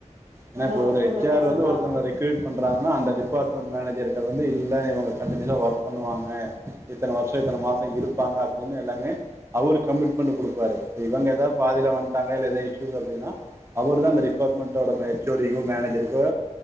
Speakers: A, on the right; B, on the right.
A: ஏனா
B: நல்லா
A: இப்ப
B: ஒர்க்
A: ஒரு
B: பண்ற
A: எச்
B: பர்சன்
A: ஆர் வந்து
B: தா
A: ஒருத்தங்க ரெக் ட்ரீட் பண்றாங்கன்னா அந்த டிபார்ட்மெண்ட் மேனேஜர்கிட்ட வந்து இல்ல இவங்க கன்ட்டினியூஸா ஒர்க் பண்ணுவாங்க இத்தன வர்ஷோ இத்தன மாசோ இருப்பாங்க அப்டினு எல்லாமே அவுரு கமிட்மெண்டு குடுப்பாரு சோ இவங்க எதா பாதில வந்ட்டாங்க இல்ல எதா இஷ்ஷுஸ் அப்டினா அவுரு தா அந்த டிபார்ட்மெண்டோட மே எச் ஓ டி க்கோ மேனேஜருக்கோ